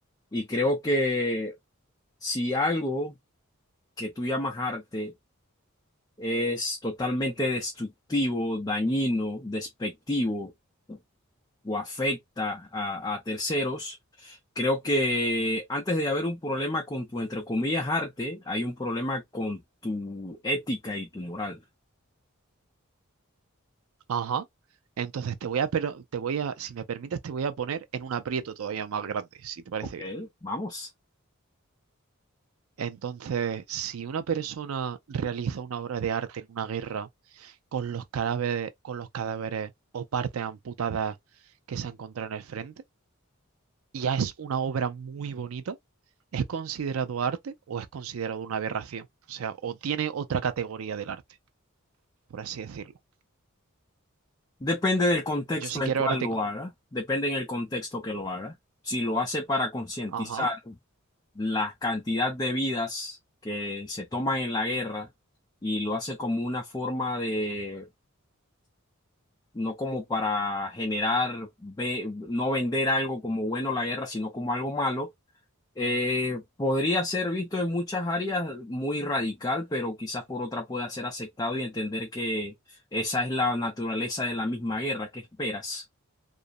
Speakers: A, on the left (about 20°); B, on the right (about 75°).
A: Y creo que si algo que tú llamas arte es totalmente destructivo, dañino, despectivo o afecta a, a terceros, creo que antes de haber un problema con tu, entre comillas, arte, hay un problema con tu ética y tu moral.
B: Ajá. Entonces te voy a, pero te voy a, si me permites, te voy a poner en un aprieto todavía más grande, si te parece
A: Ok,
B: bien.
A: vamos.
B: Entonces, si una persona realiza una obra de arte en una guerra con los cadáveres, con los cadáveres o partes amputadas que se encuentran en el frente, y ya es una obra muy bonita, ¿es considerado arte o es considerado una aberración? O sea, o tiene otra categoría del arte, por así decirlo.
A: Depende del contexto
B: Yo si
A: en
B: quiero
A: cual
B: ahora te
A: lo haga, depende en el contexto que lo haga. Si lo hace para concientizar
B: Ajá,
A: la cantidad de vidas que se toman en la guerra y lo hace como una forma de, no como para generar, ve- no vender algo como bueno la guerra, sino como algo malo, eh, podría ser visto en muchas áreas muy radical, pero quizás por otra pueda ser aceptado y entender que esa es la naturaleza de la misma guerra. ¿Qué esperas?